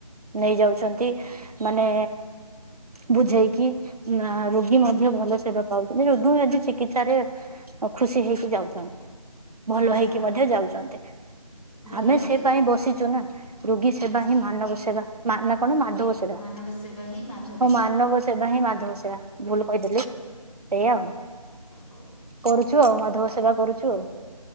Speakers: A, on the right; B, on the left.
A: ନେଇ ଯାଉଛନ୍ତି ମାନେ ବୁଝେଇକି ନାଁ ରୋଗୀ ମ ଧ୍ୟ ଭଲ ସେବା ପାଉଚନ୍ତି ଯଦୁଁ ଏଠି ଚିକିତ୍ସାରେ ଖୁସି ହେଇକି ଯାଉଚନ୍ତି ଭଲ
B: ଯା
A: ହେଇକି ମଧ୍ୟ
B: ହଉ,
A: ଯାଉଚନ୍ତି।
B: ଭଲ
A: ଆମେ
B: ହେଇଯାଉଛି
A: ସେ ପାଇଁ ବସିଚୁ ନା ରୋଗୀ ସେବା
B: ଆଚ୍ଛା
A: ହିଁ ମାନବ ସେବା ମା ନା କଣ ମାଧବ ସେ ସେଟା
B: ମାନବ ସେବା ହିଁ ମାଧବ
A: ହଁ
B: ସେବା
A: ମାନବ ସେବା ହିଁ ମାଧବ ସେବା ଭୁଲ ଯେ ସେଇଆ
B: ଯା
A: ଆଉ
B: ଆଚ୍ଛା, ହଉ
A: କରୁଛୁ ଆଉ ମାଧବ ସେବା କରୁଚୁ ଆଉ।